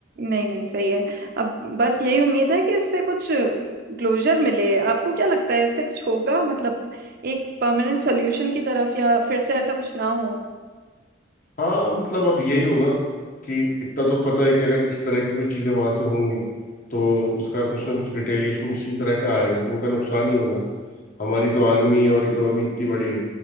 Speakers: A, on the right; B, on the left.
A: नहीं नहीं सही है अब बस यही उम्मीद है कि इससे कुछ क्लोजर मिले आपको क्या लगता है इससे कुछ होगा मतलब एक परमानेंट सॉल्यूशन की तरफ या फिर से ऐसा कुछ ना हो
B: हाँ मतलब अब यही होगा कि इतना तो पता है कि अगर इस तरह की कोई चीजें वहां से होंगी तो उसका कुछ ना कुछ रिटेलिएशन इसी तरह का आएगा उनका नुकसान ही होगा हमारी तो आर्मी और इकोनॉमी इतनी बड़ी है